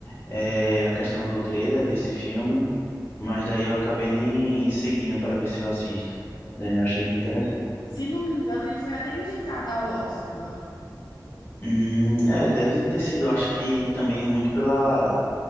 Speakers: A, on the left; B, on the left.
A: eh, a questão do trailer desse filme, mas daí eu acabei nem seguindo para ver se eu assisto. É, achei interessante.
B: Se não me engano, ele foi até indicado ao Oscar.
A: Hum, é, deve ter sido, acho que também muito pela